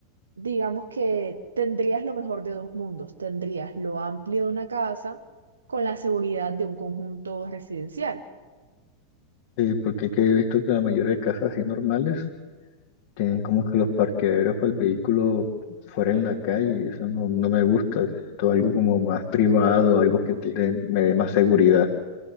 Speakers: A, on the right; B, on the left.
A: digamos que tendrías lo mejor de dos mundos. Tendrías lo amplio de una casa con la seguridad de un conjunto residencial.
B: Eh, porque que he visto que la mayoría de casas así normales tienen como que los parqueaderos para el vehículo fuera en la calle. y Eso no, no me gusta. todo algo como más privado, algo que te- me dé más seguridad.